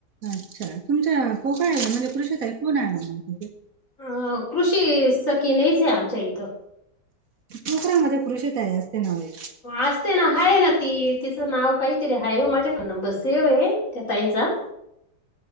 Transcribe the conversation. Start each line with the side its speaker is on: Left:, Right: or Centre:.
Right: अच्छा तुमचा पोगळ आहेला म्हणजे कृषीत कोण आहे तिथे?
Left: अ कृषी स की नाहीच आहे आमच्या इथं.
Right: नोकऱ्यामध्ये कृषीत आहे असते नाव्हे.
Left: असते ना हाय ना ती तिचं नाव काहीतरी आहे हो माझ्याकड नंबर सेव्ह आहे. त्या ताईंचा.